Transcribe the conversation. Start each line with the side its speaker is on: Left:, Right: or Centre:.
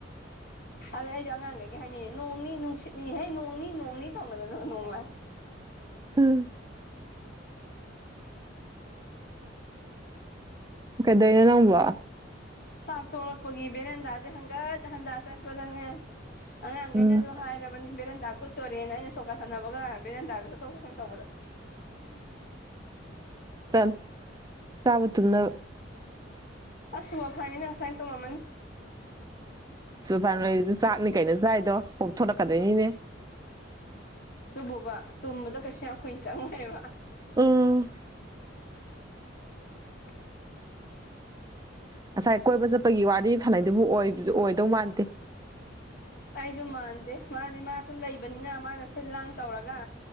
Left: ꯑꯗ ꯑꯩꯁꯨ ꯑꯉꯥꯡꯒꯩꯒ ꯍꯥꯏꯅꯩꯅ‌ꯦ ꯅꯣꯡꯅꯤ ꯅꯨꯡꯁꯤꯠꯅꯤꯍꯦ ꯅꯣꯡꯅꯤ ꯅꯣꯡꯅꯤ ꯊꯧꯅꯗꯅ ꯅꯣꯡꯂ
Right: ꯑꯝ ꯀꯩꯗꯧ ꯏꯅꯣ ꯅꯪꯕꯣ
Left: ꯆꯥꯛ ꯇꯣꯛꯂꯛꯄꯒꯤ ꯚꯦꯔꯦꯟꯗꯥꯖꯦ ꯍꯪꯒꯠ ꯍꯟꯗꯥ ꯆꯠꯄꯗꯅꯦ ꯑꯉꯥꯡꯒꯩꯅꯖꯨ
Right: ꯎꯝ
Left: ꯍꯥꯏꯔꯕꯅꯤ ꯚꯦꯔꯦꯟꯗꯥ ꯀꯨꯠ ꯇꯣꯔꯦꯅ ꯑꯩꯅ ꯁꯣꯀꯥ ꯁꯥꯟꯅꯕꯒ ꯕꯦꯔꯦꯟꯗꯥꯗ ꯆꯠꯊꯣꯛ ꯆꯠꯁꯤꯟ ꯇꯧꯕꯗ
Right: ꯆꯠꯂ‌ꯣ ꯆꯥꯕ ꯇꯨꯝꯅꯕ
Left: ꯑꯁ ꯃꯐꯩꯅꯤꯅ ꯉꯁꯥꯏꯅ ꯇꯨꯝꯃꯝꯃꯅꯤ
Right: ꯁꯨ ꯐꯥꯔꯝ ꯂꯩꯔꯤꯁꯨ ꯆꯥꯛꯅꯤ ꯀꯩꯅꯣ ꯆꯥꯏꯗꯣ ꯀꯣꯞ ꯊ‌ꯣꯂꯛꯀꯗꯣꯏꯅꯤꯅꯦ
Left: ꯗꯨꯕꯣꯕ ꯇꯨꯝꯕꯗ ꯀꯩꯁꯨ ꯌꯥꯝ ꯀꯨꯏꯅ ꯆꯪꯉꯣꯏꯑꯕ
Right: ꯎꯝ
Left: <inaudible>
Right: ꯉꯁꯥꯏ ꯀꯣꯏꯕ ꯆꯠꯄꯒꯤ ꯋꯥꯔꯤ ꯁꯥꯟꯅꯩꯗꯨꯕꯨ ꯑꯣꯏ ꯑꯣꯏꯗꯧ ꯃꯥꯟꯗꯦ
Left: ꯑꯩꯁꯨ ꯃꯥꯟꯗꯦ ꯃꯥꯗꯤ ꯃꯥ ꯁꯨꯝ ꯂꯩꯕꯅꯤꯅ ꯃꯥꯅ ꯁꯤꯜ ꯂꯥꯡ ꯇꯧꯔꯒ